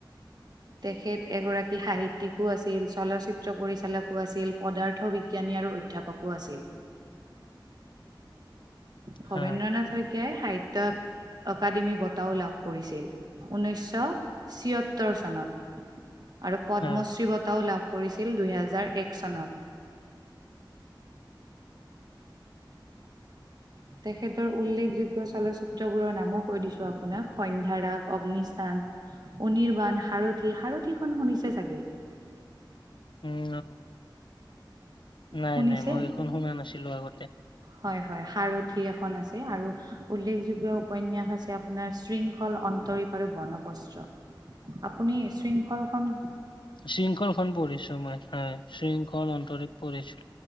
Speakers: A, on the right (about 55°); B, on the left (about 75°).
A: তেখেত এগৰাকী সাহিত্যিকো আছিল, চলচ্চিত্ৰ পৰিচালকো আছিল, পদাৰ্থ বিজ্ঞানী আৰু অই- অধ্যাপকো আছিল। ভবেন্দ্ৰ
B: হা,
A: নাথ শইকীয়াই সাহিত্যিক- অকাডেমি বঁটাও লাভ কৰিছিল। ঊনৈশশ ছিয়ত্তৰ চনত। আৰু পদ্মশ্ৰী
B: হা,
A: বঁটাও লাভ কৰিছিল, দুহেজাৰ এক চনত। তেখেতৰ উল্লেখযোগ্য চলচ্চিত্ৰবোৰৰ নামো কৈ দিছোঁ আপোনাক- সন্ধ্যাৰাগ, অগ্নিস্থান- অনিৰ্বাণ, সাৰথি। সাৰথিখন শুনিছে চাগে?
B: উম্, ন। নাই
A: শুনিছে?
B: নাই, মই এইখন শুনা নাছিলোঁ আগতে।
A: হয় হয়, 'সাৰথি' এখন আছে আৰু উল্লেখযোগ্য উপন্যাস আছে আপোনাৰ- 'শৃংখল', 'অন্তৰীপ'- আৰু 'বনপস্ত্ৰ'। আপুনি 'শৃংখল' খন-
B: 'শৃংখল' খন পঢ়িছোঁ মই, হয়। ‌ 'শৃংখল', 'অন্তৰীপ' পঢ়িছোঁ।